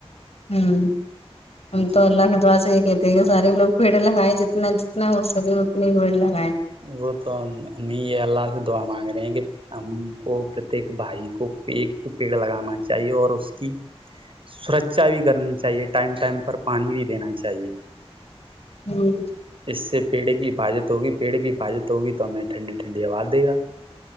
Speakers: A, on the left (about 70°); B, on the right (about 55°).
A: ہمم
B: جی
A: اللہ کی دعا سے یہ <inaudible> سارے لوگ پیڑ لگائے جتنا جتنا ہو سکے اتنے پیڑ لگا
B: وہ تو امی یہ اللہ سے دعا مانگے <inaudible> کہ ہم کو پرتیک بھائی کو پیڑ لگانا چاہیے اور اس کی سرکشا بھی کرنی چاہیے ٹائم ٹائم پانی بھی دینا چاہیے
A: ہمم
B: اس سے پیڑ کی حفاظت ہوگی پیڑ کی حفاظت ہوگی تو ہمیں ٹھنڈی ٹھنڈی ہوا دے گا